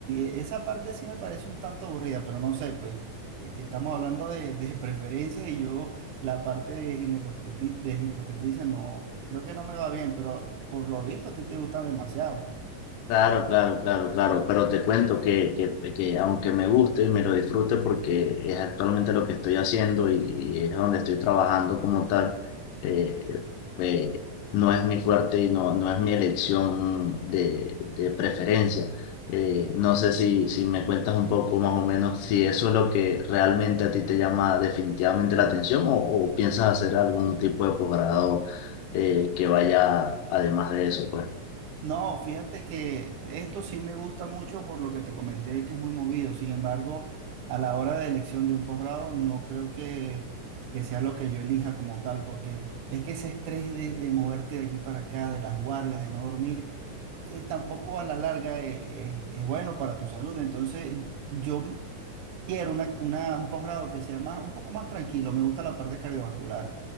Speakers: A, on the right; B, on the left.
A: y esa parte sí me parece un tanto aburrida, pero no sé, pues eh, estamos hablando de, de preferencias y yo la parte de ginecostreti- de ginecostetricia no, creo que no me va bien, pero por lo visto a ti te gustan demasiado.
B: Claro, claro, claro, claro, pero te cuento que, que, que aunque me guste y me lo disfrute porque es actualmente lo que estoy haciendo y, y es donde estoy trabajando como tal, eh, eh, no es mi fuerte y no, no es mi elección de, de preferencia. Eh, no sé si, si me cuentas un poco más o menos si eso es lo que realmente a ti te llama definitivamente la atención o, o piensas hacer algún tipo de posgrado eh, que vaya además de eso, pues.
A: No, fíjate que esto sí me gusta mucho por lo que te comenté que es muy movido. Sin embargo, a la hora de elección de un posgrado, no creo que, que sea lo que yo elija como tal, porque es que ese estrés de, de moverte de aquí para acá, de las guardias, de no dormir, eh, tampoco a la larga eh, eh, es bueno para tu salud. Entonces, yo quiero una, una- un posgrado que sea más, un poco más tranquilo. Me gusta la parte cardiovascular